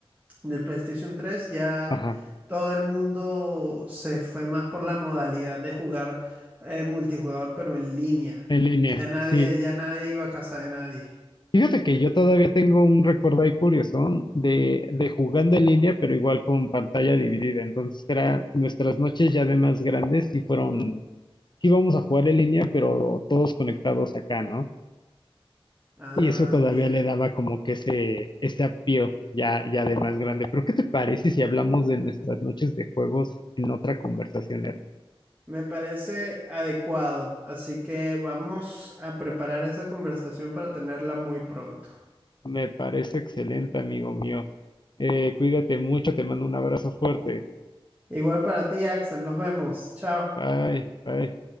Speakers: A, on the right; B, on the left.
A: del PlayStation 3, ya
B: Ajá.
A: todo el mundo se fue más por la modalidad de jugar eh, multijugador, pero en línea.
B: En línea,
A: Ya nadie,
B: sí.
A: ya nadie iba a casa de nadie.
B: Fíjate que yo todavía tengo un recuerdo ahí curioso de, de jugando en línea, pero igual con pantalla dividida. Entonces era nuestras noches ya de más grandes y fueron, íbamos a jugar en línea, pero todos conectados acá, ¿no?
A: Ah,
B: Y eso todavía
A: mira.
B: le daba como que ese, ese apío ya, ya de más grande. Pero ¿qué te parece si hablamos de nuestras noches de juegos en otra conversación, Herb?
A: Me parece adecuado, así que vamos a preparar esa conversación para tenerla muy pronto.
B: Me parece excelente, amigo mío. Eh, cuídate mucho, te mando un abrazo fuerte.
A: Igual para ti, Axel, nos vemos. Chao.
B: Bye, bye.